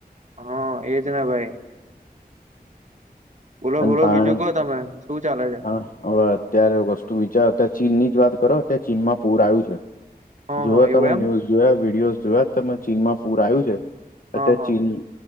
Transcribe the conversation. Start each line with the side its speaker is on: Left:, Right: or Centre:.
Right: હા એજ ના ભાઈ બોલો
Left: અને
Right: બોલો
Left: પાણી
Right: બીજું ક તમે શું ચાલે છે
Left: હા હવે અત્યારે વસ્તુ વિચારો્યારે ચીન ની જ વાત કરો ત્યા ચીનમાં પૂર આવ્યું છે
Right: હા
Left: જોઓ
Right: હા
Left: તમે
Right: એવું એમ
Left: ન્યુઝ જોયા વિડીિયોઝ જોયા તમે ચીનમાં પૂર આવ્યું છે
Right: હા
Left: અત
Right: હા
Left: ચીન